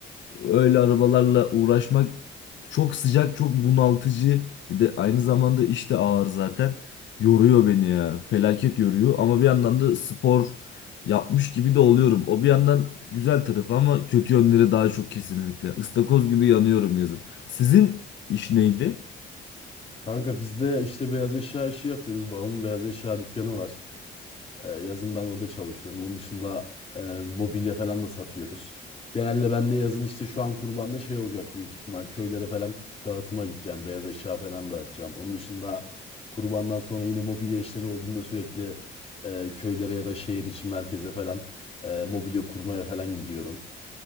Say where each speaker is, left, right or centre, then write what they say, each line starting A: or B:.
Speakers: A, on the left (about 65°); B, on the left (about 30°).
A: Öyle arabalarla uğraşmak çok sıcak, çok bunaltıcı. Bir de aynı zamanda iş de ağır zaten. Yoruyor beni ya. Felaket yoruyor ama bir yandan da spor yapmış gibi de oluyorum. O bir yandan güzel tarafı ama kötü yönleri daha çok kesinlikle. Istakoz gibi yanıyorum yazın. Sizin iş neydi?
B: Kanka biz de işte beyaz eşya işi yapıyoruz. Babamın beyaz eşya dükkanı var. Ee, Yazın ben orada çalışıyorum. Onun dışında e, mobilya falan da satıyoruz. Genelde ben de yazın işte şu an kurbanda şey olacak büyük ihtimal. Köylere falan dağıtıma gideceğim. Beyaz eşya falan dağıtacağım. Onun dışında kurbandan sonra yine mobilya işleri olduğunda sürekli e, köylere ya da şehir içi merkeze falan e, mobilya kurmaya falan gidiyorum.